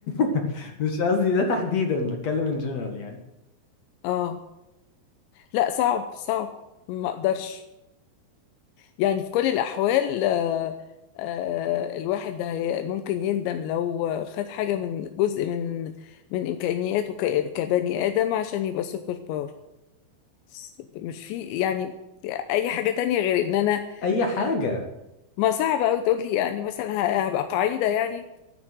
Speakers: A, on the left (about 55°); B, on the left (about 80°).
A: <laughs> مش قصدي ده تحديدا بتكلم ان جنرال يعني
B: اه لا صعب صعب ما اقدرش يعني في كل الأحوال آه، آه، الواحد ده هي- ممكن يندم لو خد حاجة من جزء من من إمكانياته ك- كبني آدم عشان يبقى سوبر باور بس مش في يعني أي حاجة تانية غير إن أنا
A: اي حاجه
B: ما صعب أوي تقول لي يعني مثلا ه- هبقى قاعدة يعني